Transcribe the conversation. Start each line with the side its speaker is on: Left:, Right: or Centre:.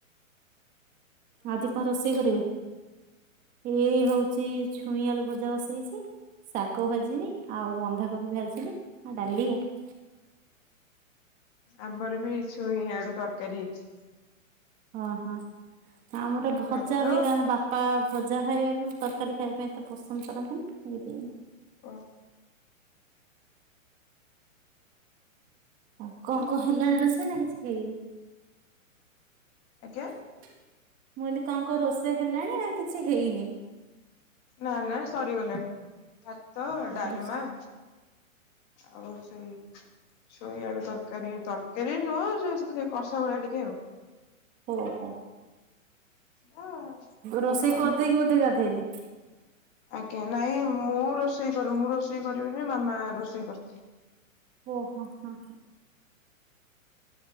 Right: ଆଜି କଣ ରୋଷେଇ କରିବେ? ଏଇ ହଉଛି ଛୁଇଁ ଆଳୁ ଭଜା ବସେଇଛି ଶାଗ ଭାଜିବି ଆଉ ବନ୍ଧାକୋବି ଭାଜିବି ଆଉ ଡାଲି ଆଉ
Left: ଆମର ବି ଛୁଇଁ ଆଡୁ ତରକାରୀ ହେଇଛି।
Right: ଓଁହଁ ଆମର ଭଜା
Left: ଭାତ
Right: ହୁଗା ବାପ ପ ଭଜା ଖାଇବା ପାଇଁ ତରକାରୀ ଖାଇବା ପାଇଁ ଏତେ ପସନ୍ଦ କରନ୍ତିନି ସେଇଥି ପାଇଁ
Left: ଓ
Right: ଆଉ କଣ କଣ ହେଲାଣି ରୋଷେଇ ନା କିଛି ହେଇନି?
Left: ଆଜ୍ଞା?
Right: ମୁଁ କହିଲି କଣ କଣ ରୋଷେଇ ହେଲାଣି ନା କିଛି ହେଇନି?
Left: ନା ନା ସରିଗଲାଣି ଭାତ
Right: ହଁ
Left: ଡାଲମା
Right: ହଁ
Left: ଆଉ ସେଇ ଚୁଇଆଳୁ ତରକାରୀ ତରକାରୀ ନୁହଁ କଷା ଭଳିଆ ଟିକେ ଆଉ
Right: ଓହୋ।
Left: ଥିଲା
Right: ରୋଷେଇ
Left: ଆଉ
Right: କରିଦେଇକି ବୋଧେ ଗାଧେଇଲେ?
Left: ଆଜ୍ଞା ନାଇଁ ମୁଁ ରୋଷେଇ ମୁଁ ରୋଷେଇ କରିବିନି ମାମା ରୋଷେଇ କରିିବି।
Right: ଓହୋ ହୋ।